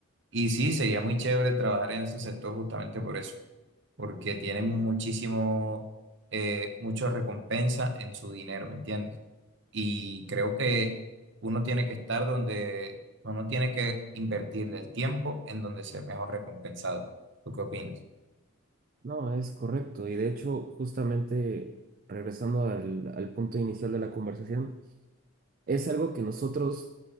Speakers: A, on the right; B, on the right.
A: Y sí, sería muy chévere trabajar en ese sector justamente por eso. porque tienen muchísimo, eh, mucha recompensa en su dinero, ¿me entiendes? Y creo que uno tiene que estar donde, uno tiene que invertirle el tiempo en donde sea mejor recompensado. ¿Tú qué opinas?
B: No, es correcto. Y de hecho, justamente regresando al, al punto inicial de la conversación, es algo que nosotros